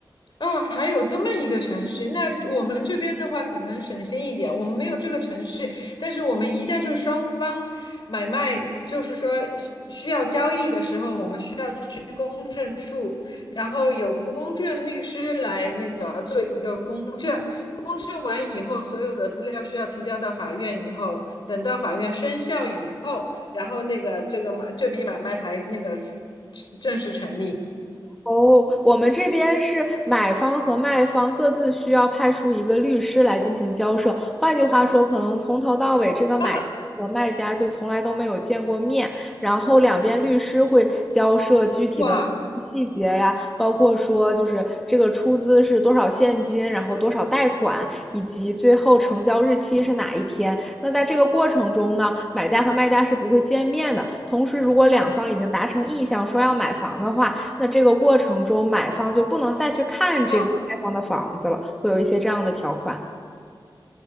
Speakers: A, on the left; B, in the centre.
A: 哦，还有这么一个程序，那我们这边的话可能省心一点，我们没有这个程序，但是我们一旦就是双方买卖，就是说需需要交易的时候，我们需要去公证处，然后有公证律师来那个做一个公证，公证完以后，所有的资料需要提交到法院以后，等到法院生效以后，然后那个这个买这笔买卖才那个正式成立。
B: 哦，我们这边是买方和卖方各自需要派出一个律师来进行交涉。换句话说，可能从头到尾这个买和卖家就从来都没有见过面，
A: 啊，
B: 然后两边律师会交涉具体的细节呀，
A: 哇，
B: 包括说就是这个出资是多少现金，然后多少贷款，以及最后成交日期是哪一天。那在这个过程中呢，买家和卖家是不会见面的。同时，如果两方已经达成意向说要买房的话，那这个过程中，买方就不能再去看这个卖方的房子了，
A: 嗯。
B: 会有一些这样的条款。